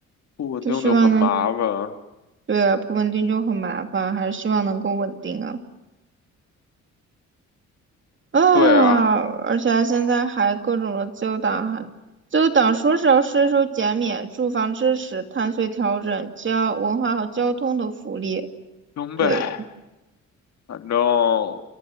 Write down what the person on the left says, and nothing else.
不稳定就很麻烦啊。
对啊，
行呗。
反正